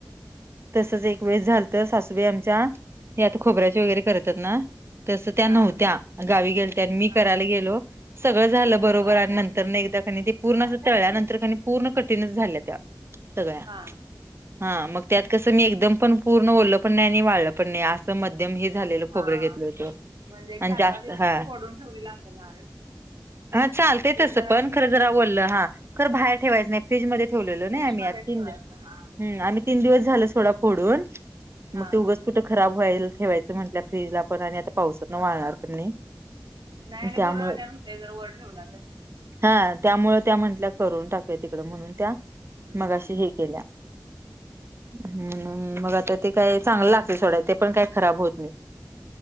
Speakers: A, on the right; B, on the right.
A: तसच एक वेळेस झालात. सासूबाई आमच्या, हे आता खोबऱ्याची वगैरे करतात ना. तस त्या
B: हा
A: नव्हत्या. गावी गेलत्या. मी
B: हा
A: करायला गेलो सगळं झालं बरोबर,
B: हा
A: आणि नंतर न एकदा ते, पूर्ण असं तळल्या नंतर, कानी पूर्ण कठीणच झाल्या त्या. सगळ्या.
B: हा
A: हा मग त्यात कसं, मी एकदम पण पूर्ण ओलं पण नाही, आणि वाळलं पण नाही असं म ध्यम हे झालेलं खोबरं
B: हा
A: घेतल होत.
B: म्हणजे एक
A: आन
B: चार
A: जास्त,
B: पाच दिवस
A: हा
B: फोडून ठेवलेला असेल नारळ
A: हा, चालते
B: ते
A: तस
B: जरा
A: पण खरं
B: हा
A: जरा ओल्ल, हा. खर बाहेर ठेवायचं नाही. फ्रीजमध्ये ठेवलेल
B: फ्रीज
A: ना आम्ही.
B: मध्ये
A: आ तीन
B: ठेवायचं
A: दि
B: हा
A: ह, आम्ही तीन दिवस झालं सोडा फोडून.
B: हा
A: मग ते उगच
B: हा
A: कुठ खराब व्हईल ठेवायचं म्हटलं, फ्रीजला पण. आणि आता पावसातन वाळणार पण नाही.
B: नाही आणि
A: त्यामुळे
B: बुर्रा आल्यावन व्हतय. जर वर ठेवला तर.
A: हा, त्यामुळ त्या म्हंटल्या, करून टाकूया तिकड. म्हणून त्या
B: हम्म
A: मघाशी
B: हम्म.
A: हे केल्या. हम, मग आता ते काय चांगलं लागतील सोडा. ते पण काय खराब होत नाही.